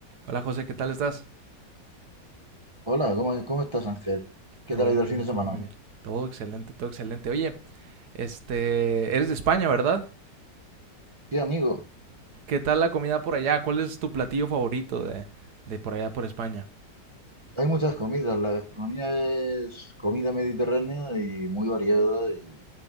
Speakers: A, on the right; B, on the right.
A: Hola José, ¿qué tal estás?
B: Hola, ¿cómo, cómo estás, Ángel? ¿Qué
A: Todo
B: tal ha ido
A: muy
B: el fin
A: bien,
B: de
A: todo
B: semana?
A: muy bien. Todo excelente, todo excelente. Oye, este, eres de España, ¿verdad?
B: Sí, amigo,
A: ¿Qué tal la comida por allá? ¿Cuál es tu platillo favorito de, de por allá por España?
B: hay muchas comidas. La gastronomía es comida mediterránea y muy variada y